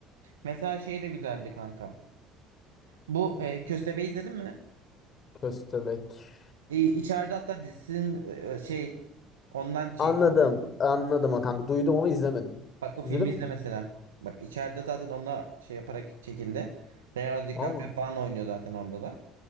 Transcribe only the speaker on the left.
Köstebek.
Anladım. Anladım ha kanka. Duydum ama izlemedim.
İzledin
mi
sen?
Valla.